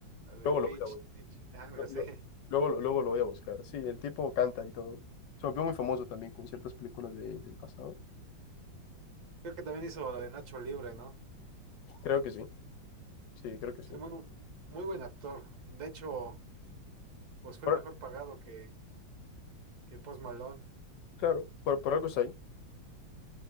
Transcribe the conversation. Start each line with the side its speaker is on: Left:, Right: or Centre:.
Right: la de
Left: Luego
Right: Peach,
Left: lo voy a
Right: Peach, <laughs> algo
Left: buscar.
Right: así.
Left: Luego, lo- luego lo voy a buscar. Sí, el tipo canta y todo. Se volvió muy famoso también con ciertas películas de- del pasado.
Right: Creo que también hizo la de Nacho Libre, ¿no?
Left: Creo que sí, sí, creo que
Right: Sí,
Left: sí.
Right: muy, muy buen actor. De hecho, pues fue
Left: Por-
Right: mejor pagado que, que Post Malone.
Left: claro, por, por algo está ahí.